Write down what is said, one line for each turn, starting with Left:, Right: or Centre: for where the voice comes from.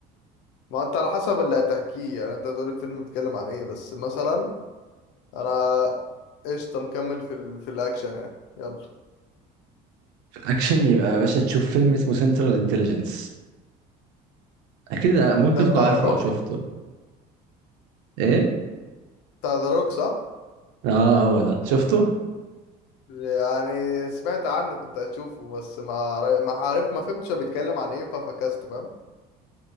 Left: ما انت على حسب اللي هتحكيه يعني انت هتقولي الفيلم بيتكلم عن ايه بس مثلا انا قشطة مكمل في ال... في الأكشن يعني يلا
Right: في الاكشن يبقى يا باشا تشوف فيلم اسمه سنترال انتليجنس اكيد ممكن
Left: ده
Right: تكون
Left: بتاع
Right: عارفه
Left: ذا
Right: او
Left: روك
Right: شفته ايه
Left: بتاع ذا روك صح؟
Right: اه هو ده شفته
Left: يعني سمعت عنه كنت أشوفه بس ما ما عارف ما فهمتش هو بيتكلم عن إيه ففكست فاهم؟